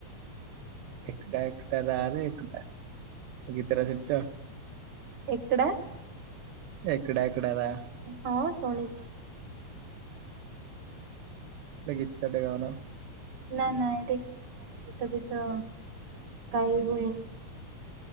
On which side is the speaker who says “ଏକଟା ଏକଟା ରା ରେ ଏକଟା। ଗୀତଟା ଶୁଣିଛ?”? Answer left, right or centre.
Right